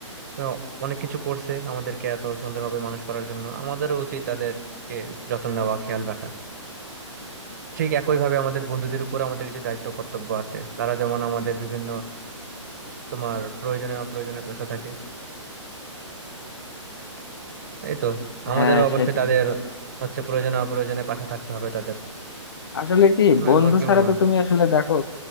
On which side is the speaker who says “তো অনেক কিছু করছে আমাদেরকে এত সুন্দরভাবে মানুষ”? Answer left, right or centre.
Right